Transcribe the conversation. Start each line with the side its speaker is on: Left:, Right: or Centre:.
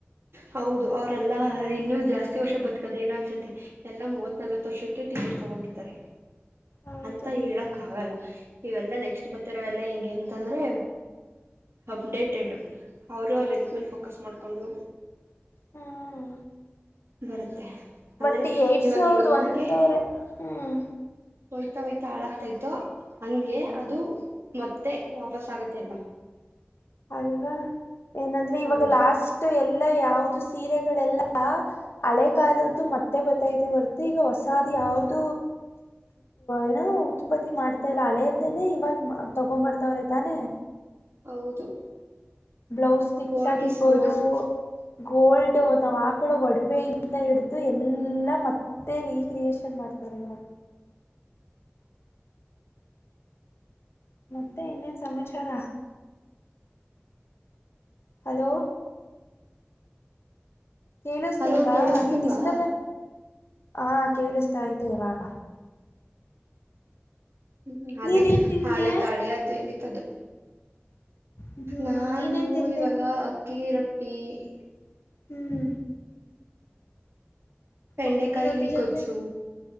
Right: ಹೌದು ಅವ್ರಲ್ಲಾ ಇನ್ನುೂ ಜಾಸ್ತಿ ವರ್ಷ ಬತ್ಕದ ಇಲ್ಲ ಅನ್ಸತ್ತೆ ಎಲ್ಲಾ ಮೂವತ್ ನಲ್ವತ್ ವರ್ಷಕ್ಕೆ ಟಿಕೆಟ್ ತಗೋ್ಬಿಡ್ತಾರೆ
Left: ಹೌದು
Right: ಅಂತ ಹೇಳಕ್ ಆಗಲ್ಲ ಇವೆಲ್ಲಾ ನೆಕ್ಸ್ಟ್ ಬರ್ತ್ತರವೆಲ್ಲ ಹಗೆಂತಂದರೆ ಅಪ್ಡೇಟೆಡ್ ಅವರು ಅವ್ರ ಇದ್ಮೇಲೆ ಫೋಕಸ್ ಮಾಡಿಕೊಂಡು
Left: ಹ್ಮ್
Right: ಬರುತ್ತೆ
Left: ಬಟ್
Right: ಅಂದರೆ
Left: ಈ ಏಡ್ಸ್
Right: ಇವಾಗ
Left: ಅವ್ರ್ದ ಒಂದವ್ರೆ
Right: ಹೆಂಗೆ
Left: ಹ್ಮ್
Right: ಹೋಯ್ತಾ ಹೊಯ್ತಾ ಹಳಕ್ತೈ್ತ ಹಂಗೆ ಅದು ಮತ್ತೆ ವಾಪಸ್ ಆಗತ್ತ ಅಲ್ಲ
Left: ಅಲ್ವಾ ಏನಂದ್ರೆ ಇವಾಗ
Right: ಹೌದು
Left: ಲಾಸ್ಟ್ ಎಲ್ಲ ಲ್ಲ ಯಾವ್ದ ಸೀರೆಗಳೆಲ್ಲಾ ಹಳೆ ಕಾಲದ್ದು ಮತ್ತೆ ಬತ್ತೈತೆ ಹೊರತು ಈಗ ಹೊಸಾದ ಯಾವ್ದ ಏನೋ ಉತ್ಪತ್ತಿ ಮಾಡ್ತಾ ಇಲ್ಲ ಹಳೆಯೇನೆ ಇವಾಗ ತಗೊ್ ಬರ್ತಾವ್ರೈ್ತಾನೆ
Right: ಹೌದು
Left: ಬ್ಲೌಸ್ ಸ್ಟಿಚ್
Right: ಓಲ್ಡ್
Left: ಆಗಿರ್ಬೋುದು
Right: ಇಸ್ ಗೋಲ್ಡ್
Left: ಗೋಲ್ಡ್ ಅಥ ಅಕೂವ ಒಡವೆೆಯಿಂದ ಹಿಡ್ದು ಎಲ್ಲ ಮತ್ತೆ ರೀಕ್ರಿಯಷನ್ ಮಾಡ್ತಾರೆ ನೋ ಮತ್ತೆ ಇನ್ನೇನ್ ಸಮಾಚಾರ ಹಲೋ ಕೇಳಿಸ್ತಿಲ್ವಾ
Right: ಹಲೋ ಕೇಳಿಸ್ತಿಲ್ವಾ
Left: ನೀನ್ಿಸ್ತ ಆ ಕೇಳಿಸ್ತಾ ಆ್ತೆ ಇವಾಗ
Right: ಹ್ಮ್ ಅದೇ
Left: ನೀನೇನ್ ತಿಂದೆ
Right: ಹಾಳೆ ದಾಳಿ ಅದು ಇಲ್ಲಿ ಅದು
Left: ಹ್ಮ್
Right: ನಾನು
Left: ನೀನೇನ್ ತಿಂದೆ
Right: ಇವಾಗ ಅಕ್ಕಿ ರೊಟ್ಟಿ ಹ್ಮ್ಮ್.
Left: ಹ್ಮ್
Right: ಬೆಂಡೆಕಾಯಿ
Left: ಅಕ್ಕಿ ರೊಟ್ಟಿ ಜೊತೆ
Right: ಗೊಜ್ಚ್ಚು